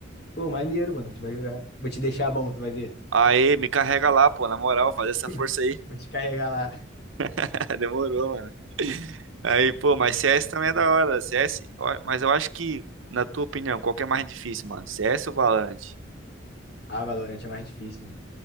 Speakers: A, on the left (about 55°); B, on the right (about 85°).
A: Pô, maneiro, mano. A gente vai jogar. Vou te deixar bom, tu vai ver.
B: Aí, me carrega lá, pô, na moral, faz
A: <laughs>
B: essa força aí.
A: Vou te carregar lá.
B: <laughs> Demorou, mano. Aí, pô, mas CS
A: É maneiro.
B: também é da hora. CS, ó, mas eu acho que, na tua opinião, qual que é mais difícil, mano? CS ou Valorant?
A: Ah, Valorant é mais difícil, mano.